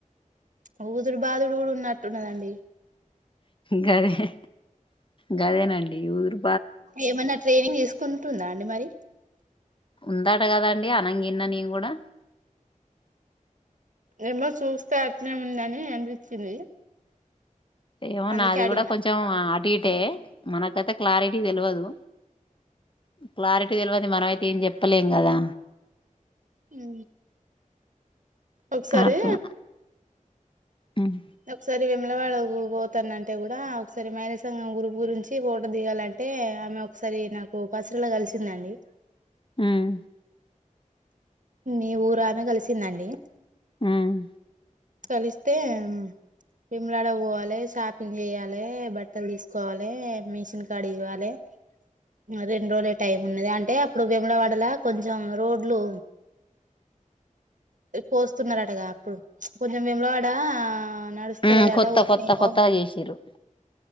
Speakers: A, on the right; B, on the left.
A: ఊదుడు బాదుడు కూడా ఉన్నట్టున్నదండి
B: గదే గదేనండి ఊదుడు
A: ఏమన్నా ట్రైనింగ్ తీసుకుంటుందా అండి మరి
B: ఉందాట కదాండి అనంగిన్న నేను కూడా
A: ఏమో చూస్తే అట్లే ఉందని అనిపించింది.
B: ఏమో
A: అందుకే
B: నాది
A: అడిగిన
B: కూడా కొంచెం అటు ఇటే మనకైతే క్లారిటీ తెలవదు క్లారిటీ తెలవంది మనమైతే ఏం చెప్పలేం కదా
A: ఉ ఒకసారి
B: అట్లా ఉమ్
A: ఒకసారి వేములవాడ పోతానంటే కూడా ఒకసారి మహిళ సంఘం గ్రూప్ గురించి ఫోటో దిగాలంటే ఆమె ఒకసారి నాకు బస్సుల కలిసిందండి
B: మ్మ్
A: మీ ఊరు ఆమె కలిసిందండి
B: మ్మ్
A: కలిస్తే మ్మ్ వేములడకి పోవాలే షాపింగ్ చెయ్యాలే బట్టలు తీసుకోవాలే మిషిన్ కాడ ఇవ్వాలే ఆ రెండు రోజులే టైం ఉన్నది అంటే అప్పుడు వేములవాడల కొంచెం రోడ్లు పోస్తున్నారు అటగా అప్పుడు కొంచెం వేములవా డా నడుస్తలేదట
B: ఉమ్, కొత్త
A: ఓపెన్
B: కొత్త కొత్తగా
A: ఓ
B: చేసిర్రు